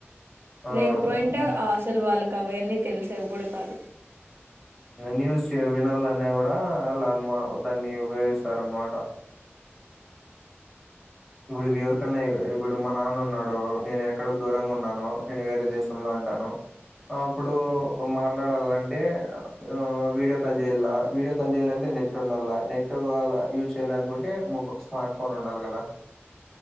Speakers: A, in the centre; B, on the right.
A: ఆ
B: లేకపోయింటే
A: ఉమ్,
B: అసలు వాళ్ళ కవయన్నీ తెలిసేవి కూడా కాదు
A: న్యూస్ వినాలన్నా అలా అమా దాన్ని ఉపయోగిస్తార అనమాట ఇప్పుడు ఎవరికన్నా ఇప్పుడు మా నాన్న ఉన్నాడు నేను ఎక్కడో దూరంగా ఉన్నాను నేను వేరే దేశంలో ఉ న్నాను అప్పుడు మాట్లాడాలంటే ఆ వీడియో కాల్ చేయాల వీడియో కాల్ చేయాలంటే నెట్ ఉండాలి నెట్ వాళ యూజ్ చేయాలనుకుంటే మొబై స్మార్ట్ ఫోన్ ఉండాలి కదా